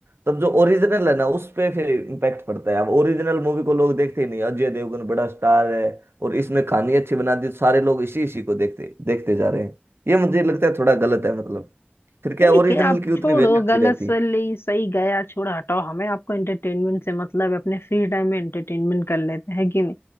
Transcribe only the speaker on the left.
ठीक
है आप
छोड़ो
गलत
सही सही गया छोड़ो हटाओ हमें आपको एंटरटेनमेंट से मतलब है, अपने फ्री टाइम में एंटरटेनमेंट कर लेते हैं कि नहीं